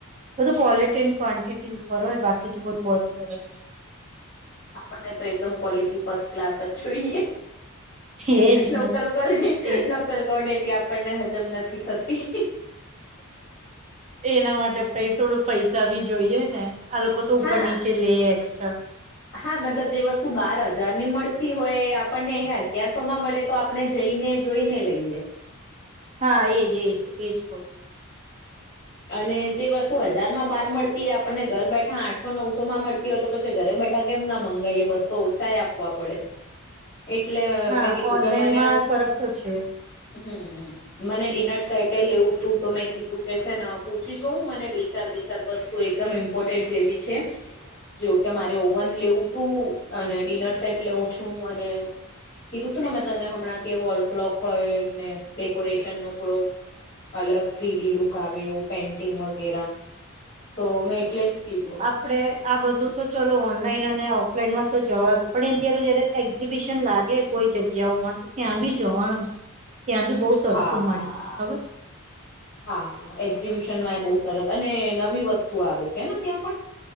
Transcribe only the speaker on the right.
બધું ક્વોલિટી એડ ક્વન્ટિટી ઉપર હોય બાકી તો બધું બરોબર જ હોય.
હોય એજ
ને
એજ
એના માટે પ થોડો પૈસા ભી જોઈએ ને આ લોકો તો ઉપર
નીચે. લે એક્સ્ટ્રા.
હા એજ એજ એજ કવ
હા
ઓનલાઈનમાં
ફરક તો છે
આપણે આ બધું તો ચાલો ઓનલાઈન અને ઓફલાઈન માં તો જવા દો પણ એ તલું જયારે એક્ઝિબિશન લાગે કોઈ જગ્યાઓ માં તું ત્યાં બી જવાનું
ત્યાં ભી બોવ સસ્તું
મળી જાય ખબર